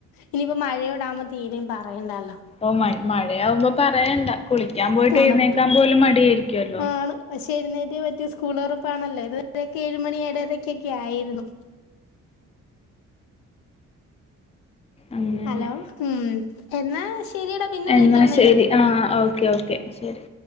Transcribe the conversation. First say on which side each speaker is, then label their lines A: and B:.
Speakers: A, on the left; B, on the left.
A: ഇനിയിപ്പ മഴയോടകുമ്പം തീരേം പറയണ്ടാല്ലോ
B: ഓ മഴ്‌ മഴയാവുമ്പോ പറയണ്ട കുളിക്കാൻ പോയിട്ട്
A: തണുപ്പ്
B: എഴുന്നേക്കാൻ പോലും മടിയെരിക്കുവല്ലോ
A: ആണ് പക്ഷെ എഴുന്നേറ്റേ പറ്റു സ്കൂള് തൊറപ്പാണല്ലേ ഇത് വരെക്കേഴുമണി ഏഴരകെക്കെ ആയിര്ന്നു
B: അങ്ങനെ
A: ഹലോ ഉം എന്നാ ശരിയടാ പിന്നെ
B: എന്നാ
A: വിളിക്കാന്നെങ്കി
B: ശരി ആ ഓക്കെ ഓക്കെ ശരി